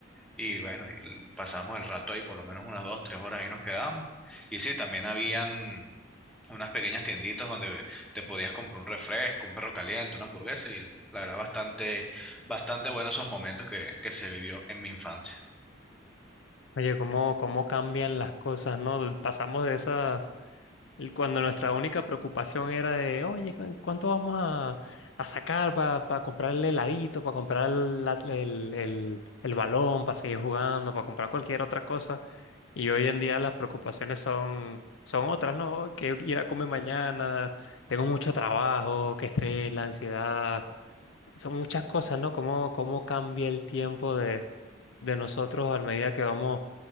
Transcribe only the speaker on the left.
Oye, cómo, cómo cambian las cosas, ¿no? Pasamos de esa Y Cuando nuestra única preocupación era de, oye, ¿cu- ¿cuánto vamos a, a sacar para comprar el heladito, para comprar la- el, el- el balón, para seguir jugando, para comprar cualquier otra cosa? Y hoy en día las preocupaciones son, son otras, ¿no? Que ir a comer mañana, tengo mucho trabajo, que estrés, la ansiedad, son muchas cosas, ¿no? ¿Cómo, cómo cambia el tiempo de, de nosotros a medida que vamos